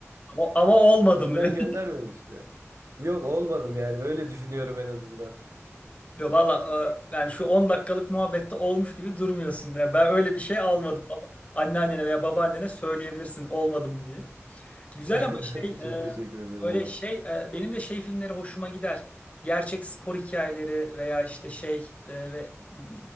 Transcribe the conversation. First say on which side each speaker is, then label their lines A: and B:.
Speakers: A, on the left; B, on the right.
A: Ama, ama olmadı
B: Ondan
A: mı? <laughs>
B: göndermemişti. Yok olmadım yani öyle düşünüyorum en azından.
A: valla e, yani şu 10 dakikalık muhabbette olmuş gibi durmuyorsun. Yani ben öyle bir şey almadım. Baba- Anneannene veya babaannene söyleyebilirsin olmadım diye. Güzel
B: <laughs>
A: ama şey e,
B: Çok teşekkür ederim
A: böyle
B: abi.
A: şey e, benim de şey filmleri hoşuma gider. Gerçek spor hikayeleri veya işte şey e, ve mm,